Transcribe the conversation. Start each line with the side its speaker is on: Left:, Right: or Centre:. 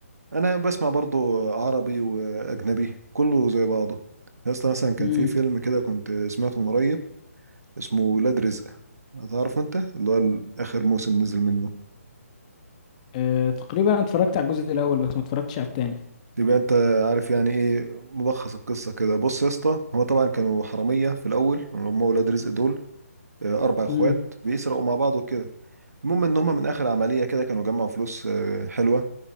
Right: انا بسمع برضو عربي واجنبي كله زي بعضه اصلا مثلا كان
Left: امم
Right: في فيلم كده كنت سمعته من قريب اسمه ولاد رزق هتعرف انت اللي هو ال- اخر موسم نزل منه
Left: اه تقريبا اتفرجت على الجزء الاول بس ما اتفرجتش على التاني
Right: يبقى انت عارف يعني ايه ملخص القصه كده بص يا اسطى هو طبعا كانوا حراميه في الاول اللي هم ولاد رزق دول آه، اربع اخوات
Left: امم
Right: بيسرقوا مع بعض وكده المهم ان هم من اخر عمليه كده كانوا جمعوا فلوس آه، حلوه